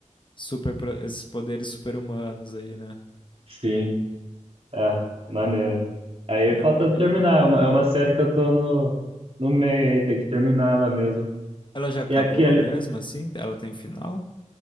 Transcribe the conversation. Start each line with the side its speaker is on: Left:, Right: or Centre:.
Left: super, pro- esses poderes super-humanos aí, né?
Right: sim, é, maneiro. Aí
Left: É
Right: falta
Left: uma pira.
Right: terminar. É uma, é uma série que eu tô no, no meio aí, tem que terminar ela mesmo.
Left: Ela já acabou
Right: E aquele.
Left: mesmo, assim? Ela tem final?